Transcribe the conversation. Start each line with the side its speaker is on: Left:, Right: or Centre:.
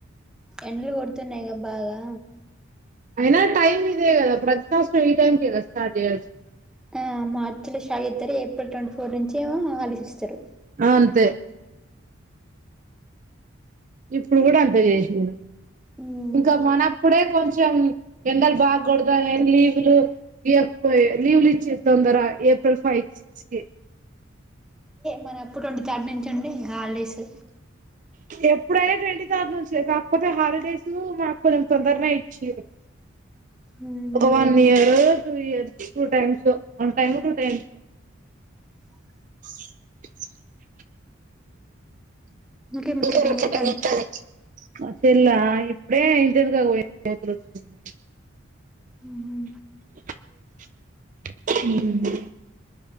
Centre: ఎండ్లు గొడుతున్నాయ్ గా బాగా
Right: అయినా టైమ్ ఇదే గదా, ప్రతి <unintelligible> ఈ టైం కేగా స్టార్ట్ చేయయాల్సి.
Centre: ఆ మార్చి లో షా ఇద్దరే ఏప్రిల్ ట్వంటీ ఫోర్ నుంచో ఆళ్ళిస్తరు.
Right: ఆ అంతే ఇప్పుడు కూడా అంతే చేసిన
Centre: ఉమ్
Right: ఇంకా మనప్పుడే కొంచెం ఎండలు బాగ కొడతాయి లీవులు ఎక్కువై లీవ్లిచ్చి తొందర ఏప్రిల్ ఫైవ్ సిక్స్ కి
Centre: మరప్పుడు ట్వంటీ థర్డ్ నుంచి అండి హాలిడేసు
Right: ఎప్పుడైనా ట్వంటీ థర్డ్ నుంచి కాకపోతే హాలిడేసు మాకు కొంచెం తొందర్నె ఇచ్చిర్రు.
Centre: <inaudible> హ్మ్
Right: ఒక వన్ ఇయరో two years two time so one time two టైమ్సొ
Centre: <inaudible>
Right: <inaudible>
Centre: ఇంకే ముచ్చట
Right: ఇకా రక్షని
Centre: ఏం చెత్తాంది
Right: ఇతారు <unintelligible> మా చెల్లా ఇప్పుడే ఇంటవెనకకు పోయోచ్చింది
Centre: ఉ ఉ
Right: ఉ